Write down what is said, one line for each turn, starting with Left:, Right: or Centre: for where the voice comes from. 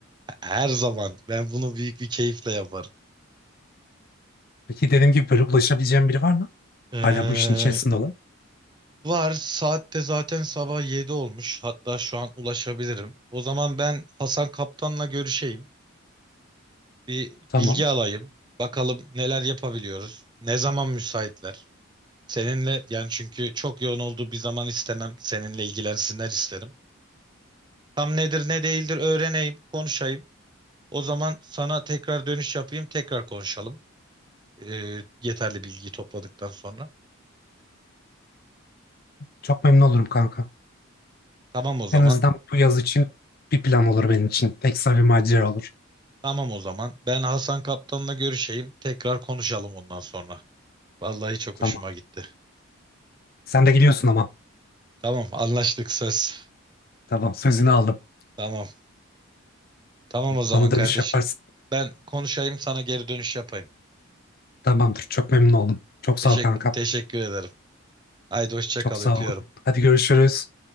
Right: Her zaman ben bunu büyük bir keyifle yaparım.
Left: Peki dediğim gibi böyle ulaşabileceğim biri var mı?
Right: Ee,
Left: Hala bu işin içerisinde olan.
Right: var saatte zaten sabah 7 olmuş. Hatta şu an ulaşabilirim. O zaman ben Hasan Kaptan'la görüşeyim. Bir
Left: Tamam.
Right: bilgi alayım. Bakalım neler yapabiliyoruz. Ne zaman müsaitler? Seninle yani çünkü çok yoğun olduğu bir zaman istemem. Seninle ilgilensinler isterim. Tam nedir ne değildir öğreneyim, konuşayım. O zaman sana tekrar dönüş yapayım, tekrar konuşalım. Ee, yeterli bilgiyi topladıktan sonra.
Left: Çok memnun olurum kanka.
Right: Tamam o zaman.
Left: En azından bu yaz için bir plan olur benim için. Ekstra bir macera olur.
Right: Tamam o zaman. Ben Hasan Kaptan'la görüşeyim. Tekrar konuşalım ondan sonra. Vallahi çok
Left: Tamam.
Right: hoşuma gitti.
Left: Sen de gidiyorsun ama.
Right: Tamam, anlaştık söz.
Left: Tamam sözünü aldım.
Right: Tamam. Tamam o zaman
Left: Bana
Right: kardeşim.
Left: dönüş yaparsın.
Right: Ben konuşayım, sana geri dönüş yapayım.
Left: Tamamdır. Çok memnun oldum. Çok sağ
Right: Teşekkür,
Left: ol kanka.
Right: teşekkür ederim. Haydi hoşça
Left: Çok
Right: kal,
Left: sağ
Right: öpüyorum.
Left: ol. Hadi görüşürüz.